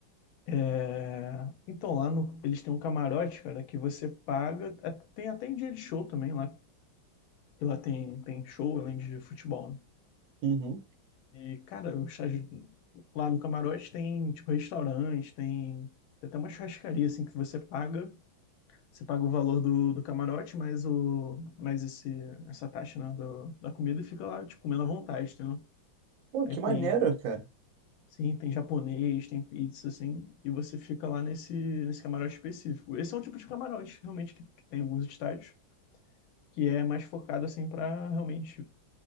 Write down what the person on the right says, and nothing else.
Uhum.
Pô,
que
maneiro, cara.